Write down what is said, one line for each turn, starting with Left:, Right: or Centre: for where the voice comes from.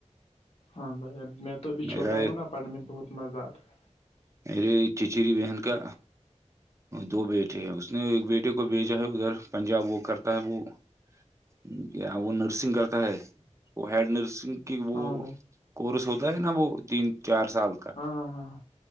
Left: ہاں بھائی میں تو اب چھوٹا
Right: میرا
Left: ہوں نا پڑھنے میں بہت مزہ آتا ہے
Right: اے چیچری بہن کا دو بیٹے ہیں اس نے ایک بیٹے کو بھیجا ہے ادھر پنجاب وہ کرتا ہے وہ کیا وہ نرسنگ کرتا ہے وہ ہیڈ نرسنگ کہ وہ
Left: ہاں بھائی
Right: کورس ہوتا ہے نا وہ تین چار سال
Left: ہاں ہاں ہاں ہاں